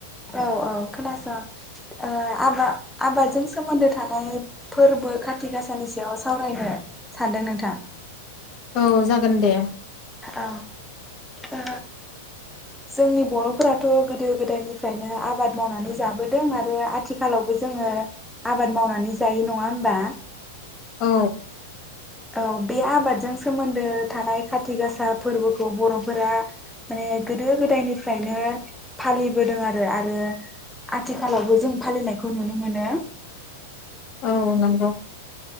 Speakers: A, in the centre; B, on the left.
A: औ औ खोनासं ओ आबा आबाद जों सोमोन्दो थानाय फोरबो खाथि गाासानि सायाव सावरायनो सानदों नोंथां।
B: औ जागोन दे।
A: अ ओ जोंनि बर'फोराथ' गोदो गोदायनिफ्रायनो आबाद मावनानै जाबोदों आरो आथिखालावबो जोङो आबाद मावनानै जायो नङा होमबा।?
B: औ
A: औ बे आबादजों सोमोन्दो थानाय खाथि गासा फोरबोखौ बर'फोरा माने गोदो गोदायनिफ्रायनो फालिबोदों आरो आरो आथिखालावबो जों फालिनायखौ नुनो मोनो।
B: औ नंगौ।